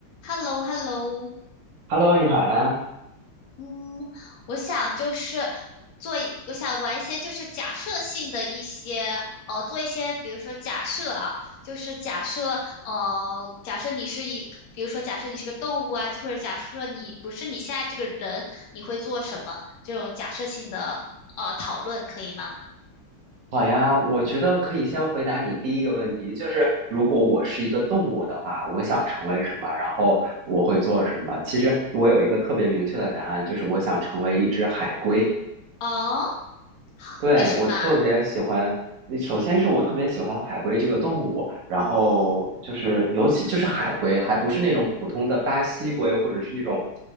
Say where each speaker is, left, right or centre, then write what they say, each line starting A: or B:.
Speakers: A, on the left; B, on the right.
A: h e l l o h e l l o
B: Hello，你好呀，
A: 嗯，我想就是做一我想玩一些就是假设性的一些，呃，做一些，比如说假设啊，就是假设，呃，假设你是一，比如说假设你是个动物啊，或者假设你不是你现在这个人，你会做什么？这种假设性的，呃，讨论可以吗？
B: 好呀，我觉得可以先回答你第一个问题，就是如果我是一个动物的话，我想成为什么，然后我会做什么。其实我有一个特别明确的答案，就是我想成为一只海龟。
A: 哦，
B: 对，
A: 为什么啊
B: 我特别喜欢，呃首先是我特别喜欢海龟这个动物，然后就是尤其就是海龟，
A: 嗯，
B: 还不是那种普通的巴西龟或者是那种